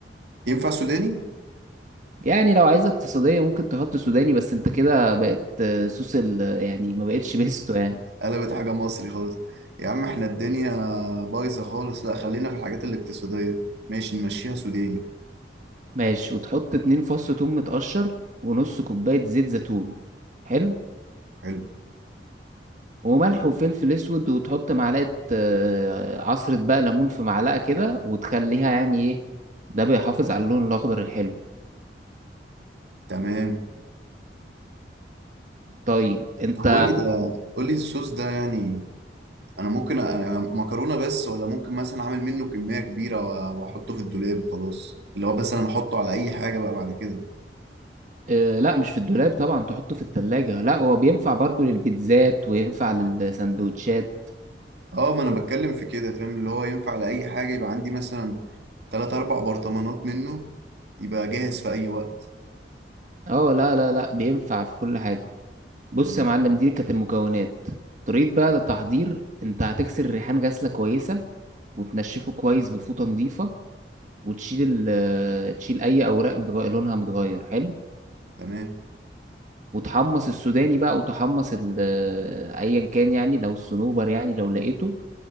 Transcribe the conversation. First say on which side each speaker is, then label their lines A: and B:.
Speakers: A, on the right; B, on the right.
A: ينفع سوداني
B: يعني لو عايزه اقتصاديه ممكن تحط سوداني بس انت كده بقت آه، صوص ال يعني ما بقتش بيستو يعني
A: قلبت حاجة مصري خالص يا عم احنا الدنيا بايظة خالص لا خلينا في الحاجات الاقتصادية ماشي نمشيها سوداني
B: ماشي وتحط اتنين فص ثوم متقشر ونص كوبايه زيت زيتون حلو
A: حلو
B: وملح وفلفل اسود وتحط معلقه آه، عصره بقى ليمون في معلقه كده وتخليها يعني ايه ده بيحافظ على اللون الاخضر الحلو
A: تمام
B: طيب انت
A: طب قول لي ده قول لي الصوص ده يعني انا ممكن انا مكرونة بس ولا ممكن مثلا اعمل منه كمية كبيرة و- واحطه في الدولاب وخلاص اللي هو مثلا احطه على اي حاجة بقى بعد كده
B: آه، لا مش في الدولاب طبعا تحطه في التلاجة لا هو بينفع برضو للبيتزات وينفع للسندوتشات
A: اه ما انا بتكلم في كده فاهم اللي هو ينفع على اي حاجة يبقى عندي مثلا تلات اربع برطمانات منه يبقى جاهز في اي وقت
B: اه لا لا لا بينفع في كل حاجة بص
A: طيب
B: يا معلم دي كانت المكونات طريقة بقى للتحضير انت هتكسر الريحان غسلة كويسة وتنشفه كويس بفوطة نظيفة وتشيل ال- آه، تشيل اي اوراق متغ... لونها متغير حلو
A: تمام
B: وتحمص السوداني بقى وتحمص ال- آه، ايا كان يعني لو الصنوبر يعني لو لقيته